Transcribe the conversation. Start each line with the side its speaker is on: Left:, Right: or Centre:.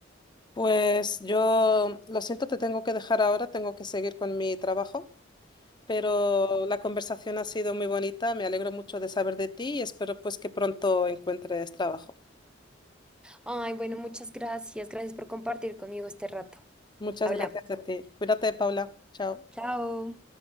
Left: Pues yo lo siento, te tengo que dejar ahora, tengo que seguir con mi trabajo. Pero la conversación ha sido muy bonita, me alegro mucho de saber de ti y espero pues que pronto encuentres trabajo.
Centre: Ay, bueno, muchas gracias. Gracias por compartir conmigo este rato.
Left: Muchas
Centre: Hablamos.
Left: gracias a ti. Cuídate, Paula. Chao.
Centre: Chao.